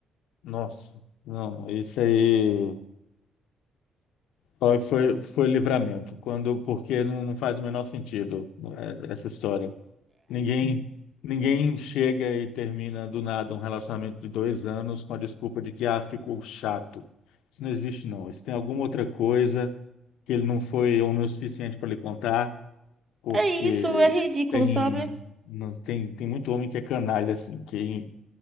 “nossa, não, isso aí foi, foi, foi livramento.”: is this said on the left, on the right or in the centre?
Left